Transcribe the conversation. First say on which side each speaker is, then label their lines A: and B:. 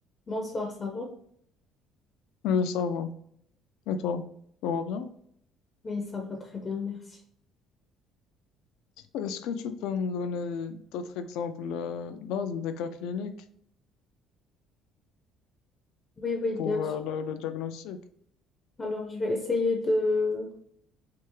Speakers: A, on the left; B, on the left.
A: Bonsoir, ça va?
B: Oui, ça va. Et toi, tout va bien?
A: Oui, ça va très bien, merci.
B: Est-ce que tu peux me donner d'autres exemples euh, dans des cas cliniques
A: Oui, oui, bien
B: pour
A: sûr.
B: euh, le, le diagnostic?
A: Alors, je vais essayer de,